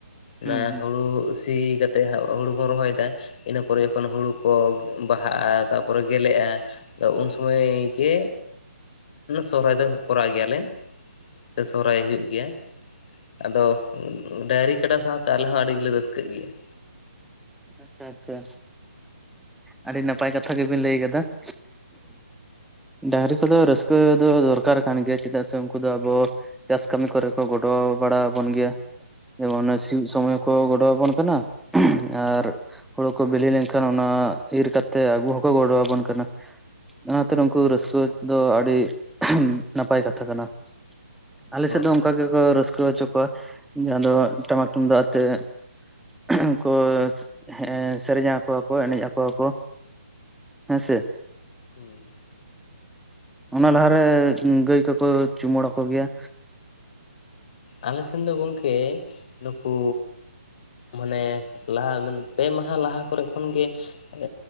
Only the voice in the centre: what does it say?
ᱦᱩᱸ ᱦᱩᱸ
ᱟᱪᱪᱷᱟ ᱟᱪᱪᱷᱟ ᱟᱹᱰᱤ ᱱᱟᱯᱟᱭ ᱠᱟᱛᱷᱟ ᱜᱮ ᱵᱤᱱ ᱞᱟᱹᱭ ᱠᱟᱫᱟ ᱾ ᱰᱟᱹᱭᱨᱤ ᱠᱚᱫᱚ ᱨᱟᱹᱥᱠᱟᱹ ᱫᱚ ᱫᱚᱨᱠᱟᱨ ᱠᱟᱱ ᱜᱮᱭᱟ, ᱪᱮᱫᱟᱜ ᱥᱮ ᱩᱱᱠᱩ ᱫᱚ ᱟᱵᱚ, ᱪᱟᱥ ᱠᱟᱹᱢᱤ ᱠᱚᱨᱮ ᱠᱚ ᱜᱚᱲᱚ ᱵᱟᱲᱟ ᱟᱵᱚᱱ ᱜᱮᱭᱟ᱾ ᱡᱮᱢᱚᱱ ᱥᱤᱭᱳᱜ ᱥᱚᱢᱚᱭ ᱠᱚ ᱜᱚᱲᱚ ᱟᱵᱚᱱ ᱠᱟᱱᱟ ᱟᱨ᱾ ᱦᱩᱲᱩ ᱠᱚ ᱵᱤᱞᱤ ᱞᱮᱱ ᱠᱷᱟᱱ ᱚᱱᱟ ᱤᱨ ᱠᱟᱛᱮ ᱟᱹᱜᱩ ᱦᱚᱸᱠᱚ ᱜᱚᱲᱚ ᱟᱵᱚᱱ ᱠᱟᱱᱟ ᱾ ᱚᱱᱟᱛᱮ ᱩᱱᱠᱩ ᱨᱟᱹᱥᱠᱟᱹ ᱫᱚ ᱟᱹᱰᱤ ᱱᱟᱯᱟᱭ ᱠᱟᱛᱷᱟ ᱠᱟᱱᱟ ᱾ ᱟᱞᱮ ᱥᱮᱫ
ᱫᱚ ᱚᱱᱠᱟ ᱜᱮ ᱠᱚ ᱨᱟᱹᱥᱠᱟᱹ ᱦᱚᱪᱚ ᱠᱚᱣᱟ, ᱡᱟᱦᱟᱸ ᱫᱚ ᱴᱟᱢᱟᱠ ᱛᱩᱢᱫᱟᱜ ᱟᱛᱮ ᱾ ᱩᱱ ᱠᱚᱥᱻ ᱦᱮᱸ, ᱥᱮᱨᱮᱧᱟ ᱟᱠᱚᱣᱟ ᱠᱚ, ᱮᱱᱮᱡ ᱟᱠᱚᱣᱟ ᱠᱚ ᱦᱮᱸᱥᱮ?
ᱚᱱᱟ ᱞᱟᱦᱟᱨᱮ ᱜᱟᱹᱭ ᱠᱚᱠᱚ ᱪᱩᱢᱟᱹᱲᱟ ᱠᱚ ᱜᱮᱭᱟ